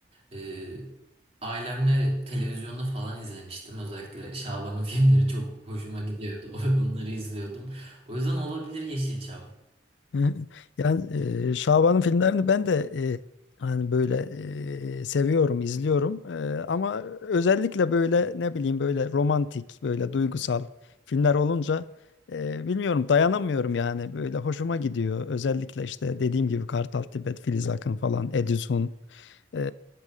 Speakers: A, on the right (about 35°); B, on the left (about 80°).
A: e, ailemle televizyonda falan izlemiştim. Özellikle Şaban'ın <laughs> filmleri çok hoşuma gidiyordu. <laughs> Onları izliyordum. O yüzden olabilir Yeşilçam.
B: Hı. Yani e, Şaban'ın filmlerini ben de e, hani böyle e, seviyorum, izliyorum. E, ama özellikle böyle ne bileyim böyle romantik, böyle duygusal filmler olunca e, bilmiyorum dayanamıyorum yani. Böyle hoşuma gidiyor. Özellikle işte dediğim gibi Kartal Tibet, Filiz Akın falan, Edison. E,